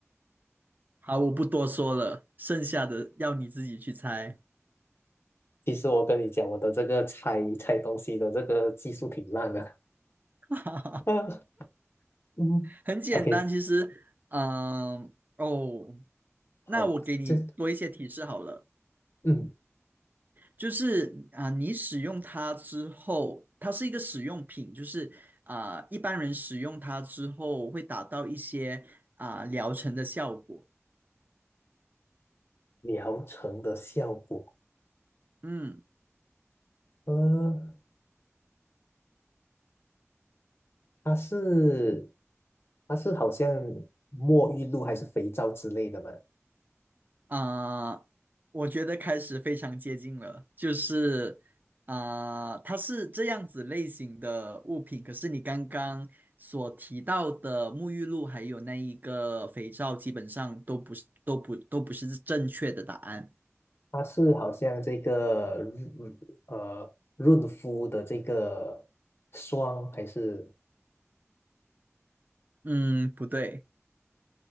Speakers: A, on the right; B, on the left.
A: 好，我不多说了，剩下的要你自己去猜，
B: 其实我跟你讲，我的这个拆拆东西的这个技术挺烂的。
A: <laughs>
B: <laughs> 啊嗯，OK，
A: 很简单，其实，嗯、哦，
B: 好，
A: 那我给你多一些提示好了。
B: 这嗯，
A: 就是啊、你使用它之后，它是一个使用品，就是啊、一般人使用它之后会达到一些啊、疗程的效果。
B: 疗程的效果，
A: 嗯
B: 呃，它是它是好像沐浴露还是肥皂之类的嘛？
A: 啊、我觉得开始非常接近了，就是啊、它是这样子类型的物品，可是你刚刚所提到的沐浴露还有那一个肥皂，基本上都不是都不都不是正确的答案。
B: 它是好像这个润呃润肤的这个霜还是
A: 嗯，不对。